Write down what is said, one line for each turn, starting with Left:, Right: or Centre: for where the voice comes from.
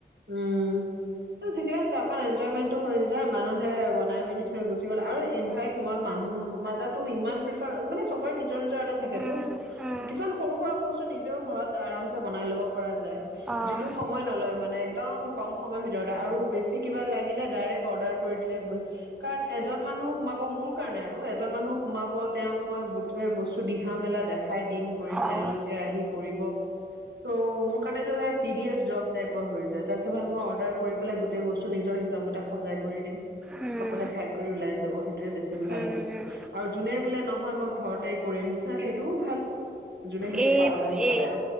Right: উম, ত' ঠিকে আছে অকণ এনজয়মেন্টটো হৈ যায় মানুহে বনাই মেলি হেই গুচি গ'ল আৰু
Centre: উম,
Right: ইনফেক্ট মই মানুহ মাজাতো ইমান প্ৰি ফাৰ মানে চবৰে নিজৰ, নিজৰ এটা থাকেতো
Centre: উম, উম,
Right: কিছুমান সৰু সুৰা বস্তু নিজেও ঘৰত আৰামচে যে বনাই লব পৰা যায়
Centre: অ',
Right: যিটো সময় নলয় মানে একদম কম সময়ৰ ভিতৰতে আৰু বেছি কিবা লাগিলে ডাইৰেক্ট অৰ্ডাৰ কৰি দিলেই হ'ল। কাৰণ এজন মানুহ সোমাব মোৰ কাৰণে আৰু এজন মানুহ সোমাব তেওঁক মই গোটেৱে বস্তু দিহা মেলা দেখ খাই দিম কৰিম
Centre: অ',
Right: তেওঁলোকে
Centre: অ'।
Right: আহি কৰিব চ' কাৰণ এইটো এটা টি ডি এছ জব টাইপৰ হৈ যায়। তাছে ভাল মই অৰ্ডাৰ কৰি পেলাই গোটেই বস্তু নিজৰ হিচাপমতে সজাই কৰি দিম
Centre: উম,
Right: সকলোৱে খাই কৰি ওলাই যাব সেইটোয়ে বেছি ভাল
Centre: উম,
Right: আৰু যোনে বোলে নহয় মই ঘৰতে কৰিম হা সেইটোও ভাল। যোনে সেইটো
Centre: এব-এ
Right: পাৰো বুলি ভাবে